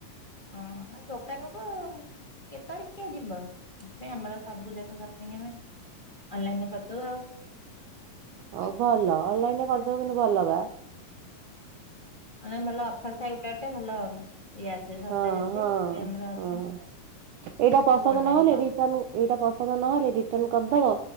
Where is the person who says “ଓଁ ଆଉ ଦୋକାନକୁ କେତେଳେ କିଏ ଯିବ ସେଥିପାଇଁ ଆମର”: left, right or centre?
Left